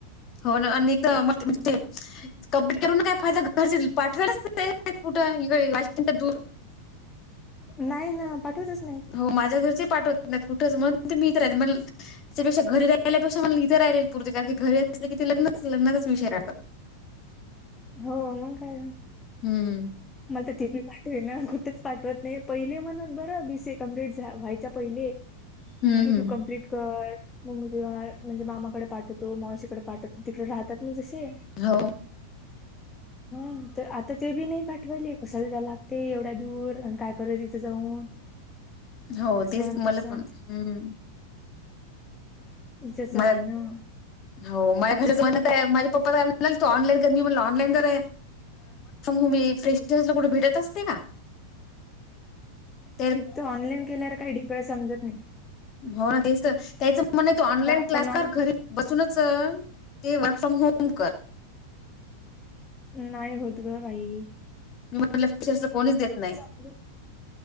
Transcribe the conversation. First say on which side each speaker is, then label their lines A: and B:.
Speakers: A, on the left; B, on the left.
A: हो ना आणि मला मग ते... कंप्लिट करून ना काय फायदा घरचे पाठवायला तयार नाय कुठं इडे दूर..
B: नाही ना पाठवतच नाही.
A: हो माझ्या घरचे पाठवत नाहीत कुठंच म्हणून ते मी इतर राह मला त्यापेक्षा घरी राहिल्यापेक्षा मला इतर राहिले. कारण की घरी अस की ते लग्नच लग्चाच विषय राहतात.
B: हो मंग काय.
A: हम्म
B: मला तर तेिपी पाठवे ना कुठंच पाठवत नाही पहिले म्हणत बरं बीसीए कम्प्लीट व्हायच्या पहिले.
A: हम्म
B: कि
A: हम्म
B: तू कम्प्लीट कर. मम् म्हणजे मामाकडे पाठवतो मावशीकडे पाठवतो तिकडे राहतात मग जशी.
A: हो.
B: <inaudible> हा तर आता ते बी नाही पाठवायले कशला जाय लागते एवढ्या दूर आणि काय करल तिथं जाऊन. <inaudible>
A: हो
B: असं
A: तेच
B: आणि
A: मला
B: तसं
A: पण हम्.
B: उज्याच
A: मला
B: राही ना.
A: हो माझ्या घरच म्हणत आहे माझे पप्पा का म्हणा त ऑनलाईन कर मी म्हण ऑनलाईन कर. ूमी फ्रेश कुठ भेटत असते ना <inaudible> तर.
B: तो ऑनलाईन केल्याला काही िकळ समत नाही.
A: हो ना तेच तर त्याच म्हण तो ऑनलाईन
B: आता आपण
A: क्लास
B: ऑन
A: कर घरी. बसूनच ते वर्क फ्रॉम होम कर.
B: नाही होत ग काही.
A: मी म्हटलंर कोणीच देत नाही.
B: समजत